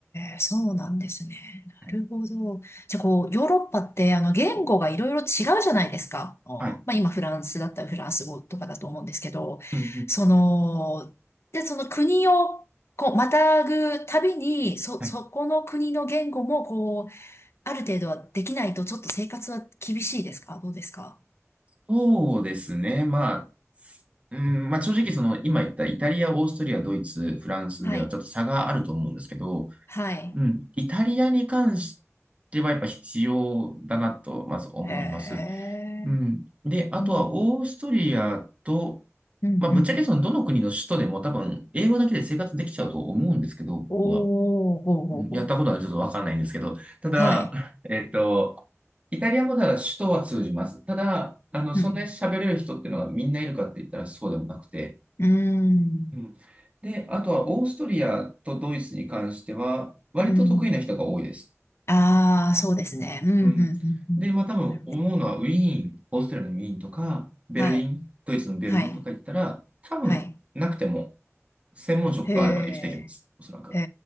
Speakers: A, on the left (about 55°); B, on the right (about 25°).
A: え、そうなんですね。なるほど。
B: はい。
A: じゃあ、こう、ヨーロッパって、あの、言語がいろいろ違うじゃないですか。あーまあ、
B: はい
A: 今、フランスだったらフランス語とかだと思うんですけど、
B: うんうん。
A: その、で、その国を、こう、またぐたびに、そ、
B: はい。
A: そこの国の言語も、こう、ある程度はできないと、ちょっと生活は厳しいですかどうですか
B: そうですね。まあ、うん、まあ正直その今言ったイタリア、オーストリア、ドイツ、フランスではちょっと差があると思うんですけど、
A: はい。はい。
B: うん、イタリアに関してはやっぱ必要だなとまず思います。
A: へえ。
B: うん。で、あとはオーストリアと、
A: うんうんうん。
B: まあ、ぶっちゃけそのどの国の首都でも多分英語だけで生活できちゃうと思うんですけど、僕は。
A: おー、ほうほうほ
B: うんやったことはちょっとわかんないんですけど、ただ、
A: う。はい。
B: えっと、イタリアもただ首都は通じます。ただ、あの、
A: うん、
B: そんなに喋れる人っていうのがみんないるかって言ったらそうでもなくて。
A: うん、
B: うんで、あとはオーストリアとドイツに関しては、割と得意な人が多いです。
A: うん。ああー、そうですね。うん、うん、うん、
B: うん。
A: うん。
B: で、まあ多分思うのはウィーン、
A: なるほど。
B: オーストラリアのウィーンとか、ベルリン、
A: はい、
B: ドイツのベルリンとか行ったら、
A: はい、
B: 多分なくても
A: はい。
B: 専門職があれば生きていけます、
A: へえ、
B: おそらく。
A: へ